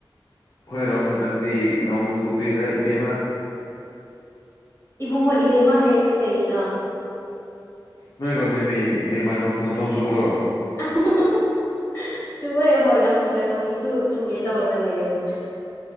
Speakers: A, on the left; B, on the left.
A: ꯑꯩꯈꯣꯏꯔꯣꯝ ꯍꯟꯗꯛꯗꯤ ꯅꯣꯡ ꯆꯨꯗ꯭ꯔꯤꯗꯥ ꯏꯕꯦꯝꯃ
B: ꯏꯕꯨꯡꯉꯣ ꯏꯕꯦꯝꯃ ꯍꯥꯏꯔꯤꯁꯦ ꯀꯩꯒꯤꯅꯣ
A: ꯅꯣꯏ ꯔꯣꯝꯗꯗꯤ ꯏꯕꯦꯝꯃ ꯅꯣꯡꯁꯨ ꯅꯣꯡ ꯆꯨꯕ꯭ꯔꯣ
B: <unintelligible> ꯆꯨꯑꯦ ꯍꯣꯏ ꯌꯥꯝ ꯆꯨꯑꯦ ꯍꯧꯖꯤꯛꯁꯨ ꯆꯨꯒꯦ ꯇꯧꯔꯒ ꯂꯩꯔꯦ ꯑꯗꯨꯝ